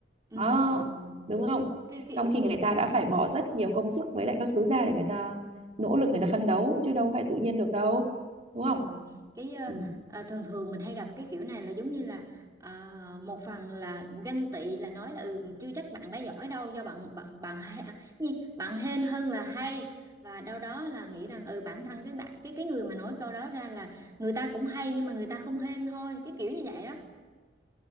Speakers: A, on the right; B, on the right.
A: ừ
B: đó đúng không
A: cái kiểu
B: trong khi người ta đã
A: ừ
B: phải bỏ rất nhiều công sức với lại các thứ ra để người ta nỗ lực người ta phấn đấu chứ đâu phải tự nhiên được đâu đúng
A: Đúng
B: không
A: rồi, cái ờ,
B: ừ.
A: ờ, thường thường mình hay gặp cái kiểu này là giống như là ờ, một phần là ganh tị là nói là ừ, chưa chắc bạn đã giỏi đâu do bạn bạn, bạn hay à, gì bạn hên hơn là hay và đâu đó là nghĩ rằng ừ bản thân cái bạn cái cái người mà nói câu đó ra là người ta cũng hay nhưng mà người ta không hên thôi, cái kiểu như vậy đó,